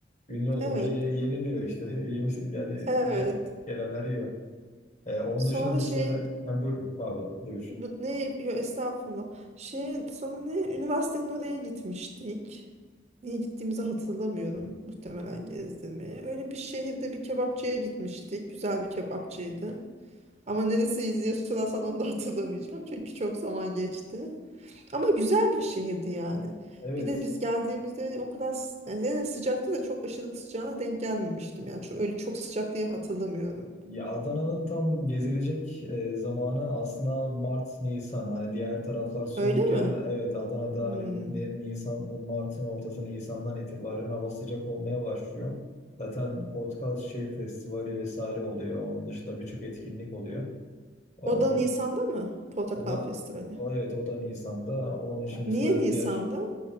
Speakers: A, on the left; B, on the right.
A: ünlü olunca
B: Evet.
A: ye, yeniliyor işte <laughs> Yemisi- yani
B: Evet.
A: gel- gelenler yiyor. Ee, onun
B: Sonra
A: dışında mesela
B: şey
A: ha, buyurun pardon buyur.
B: bu- ne yo estağfurullah. Şey sonra ne üniversitenin oraya gitmiştik. Niye gittiğimizi hatırlamıyorum. Muhtemelen gezdirmeye. Öyle bir şehirde bir kebapçıya gitmiştik. Güzel bir kebapçıydı. Ama neresiydi diye sorarsan onu da hatırlamayacağım. Çünkü çok zaman geçti. Ama güzel bir şehirdi yani.
A: Evet
B: Bir de biz geldiğimizde o kadar s- yani yine sıcaktı da çok aşırı sıcağına denk gelmemiştim. Yani çok, öyle çok sıcak diye hatırlamıyorum.
A: Ya Adana'nın tam gezilecek e, zamanı aslında Mart, Nisan. Hani diğer taraflar soğukken
B: Öyle mi?
A: evet Adana'da
B: Hmm.
A: hani Ni- Nisan, Mart'ın ortası Nisan'dan itibaren hava sıcak olmaya başlıyor. Zaten Portakal şey festivali vesaire oluyor. Onun dışında birçok etkinlik oluyor. Ee,
B: O da Nisan'da mı? Portakal
A: o da
B: Festivali.
A: o evet o da Nisan'da. Onun için mesela
B: Niye Nisan'da?
A: diğer